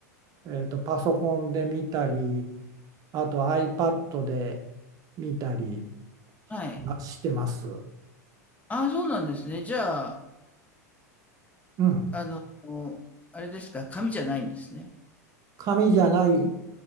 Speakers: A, on the right; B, on the left.
A: えーと、パソコンで見たり、あと iPad で見たり
B: はい。
A: あしてます。
B: ああ、そうなんですね。じゃあ、
A: うん。
B: あの、あれですか、紙じゃないんですね。
A: 紙じゃない、